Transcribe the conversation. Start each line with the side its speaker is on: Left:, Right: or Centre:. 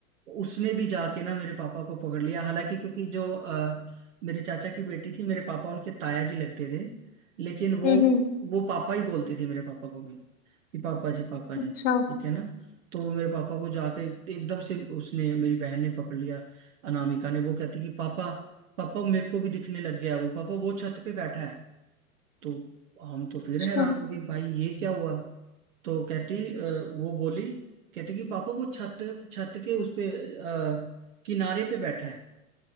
Right: तो उसने भी जाके ना मेरे पापा को पकड़ लिया हालांकि क्योंकि जो अ, मेरे चाचा की बेटी थी मेरे पापा उनके ताया जी लगते थे लेकिन वो
Left: हम्म हम्म।
Right: वो पापा ही बोलते थे मेरे पापा को भी कि पापा जी पापा जी
Left: अच्छा
Right: ठीक है ना तो वो मेरे पापा को जाके एकदम से उसने मेरी बहन ने पकड़ लिया अनामिका ने वो कहती कि पापा पापा मेरे को भी दिखने लग गया वो पापा वो छत पे बैठा है तो हम तो फिर
Left: अच्छा
Right: हैरान हो गए भाई ये क्या हुआ तो कहती अ, वो बोली कहती कि पापा वो छत छत के उस पे अ, किनारे पे बैठा है